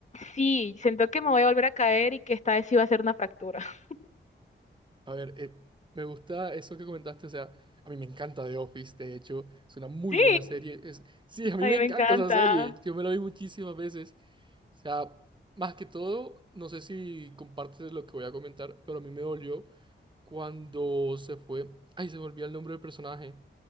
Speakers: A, on the left; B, on the right.
A: sí, siento que me voy a volver a caer y que esta vez sí va a ser una fractura. <laughs>
B: A ver, eh, me gusta eso que comentaste, o sea, a mí me encanta The Office, de hecho, es una muy
A: Sí,
B: buena serie. Es... Sí, a mí
A: a
B: me
A: mí
B: encanta
A: me encanta.
B: esa serie, yo me la vi muchísimas veces. O sea, más que todo, no sé si compartes lo que voy a comentar, pero a mí me dolió cuando se fue, ay, se me el nombre del personaje,